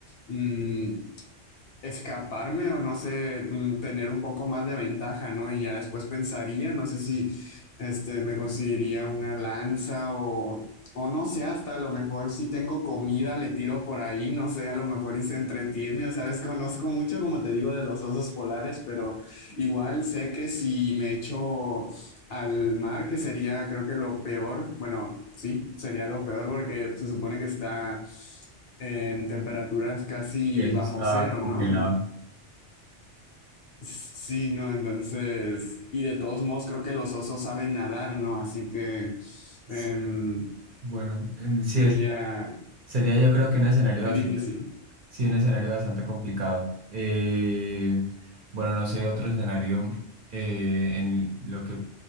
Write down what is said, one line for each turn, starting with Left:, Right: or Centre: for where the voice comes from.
Left: Mm, escaparme o no sé, mm, tener un poco más de ventaja, ¿no? Y ya después pensaría, no sé si este me conseguiría una lanza o o no sé, hasta a lo mejor si tengo comida le tiro por ahí, no sé, a lo mejor y se entretiene, o sea, desconozco mucho, como te digo, de los osos polares, pero igual sé que si me echo al mar, que sería creo que lo peor, bueno, sí, sería lo peor porque se supone que está en temperaturas casi
Right: Y eso
Left: bajo
Right: está
Left: cero,
Right: congelado.
Left: ¿no? En- Sí, no, entonces, y de todos modos creo que los osos saben nadar, ¿no? Así que
Right: Sí,
Left: em,
Right: Bueno, eh, sí,
Left: sería
Right: es- sería yo creo que un escenario
Left: muy
Right: bastante
Left: difícil.
Right: Sí, un escenario bastante complicado. Eh, bueno, no sé, otro escenario eh, en lo que